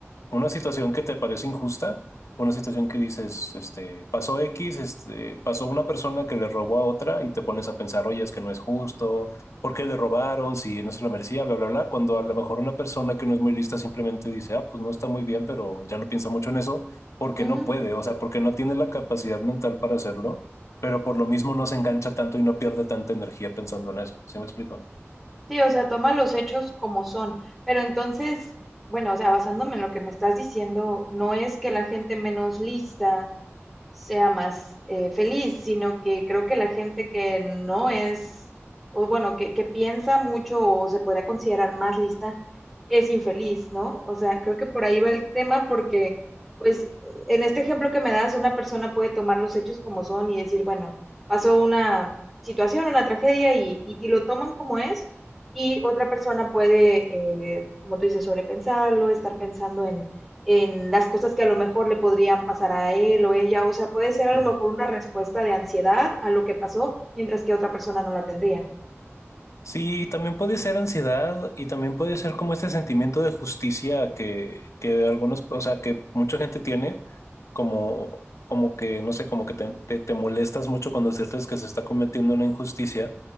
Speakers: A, on the left (about 85°); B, in the centre.
A: una situación que te parece injusta, una situación que dices, este, pasó X, este, pasó una persona que le robó a otra y te pones a pensar, oye, es que no es justo, ¿por qué le robaron? Si no se lo merecía, bla, bla, bla, cuando a lo mejor una persona que no es muy lista simplemente dice, ah, pues no está muy bien, pero ya no piensa mucho en eso, porque
B: Ujú.
A: no puede, o sea, porque no tiene la capacidad mental para hacerlo, pero por lo mismo no se engancha tanto y no pierde tanta energía pensando en eso, ¿sí me explico?
B: Sí, o sea, toma los hechos como son. Pero entonces, bueno, o sea, basándome en lo que me estás diciendo, no es que la gente menos lista sea más eh, feliz, sino que creo que la gente que no es, o bueno, que, que piensa mucho o se podría considerar más lista, es infeliz, ¿no? O sea, creo que por ahí va el tema porque, pues, en este ejemplo que me das, una persona puede tomar los hechos como son y decir, bueno, pasó una situación, una tragedia y, y- y lo toman como es, y otra persona puede, eh, como tú dices, sobrepensarlo, estar pensando en las cosas que a lo mejor le podrían pasar a él o ella. O sea, puede ser a
A: Sí.
B: lo mejor una respuesta de ansiedad a lo que pasó, mientras que otra persona no la tendría.
A: Sí, también puede ser ansiedad y también puede ser como este sentimiento de justicia que, que algunos, o sea, que mucha gente tiene, como, como que, no sé, como que te, te, te molestas mucho cuando sientes que se está cometiendo una injusticia.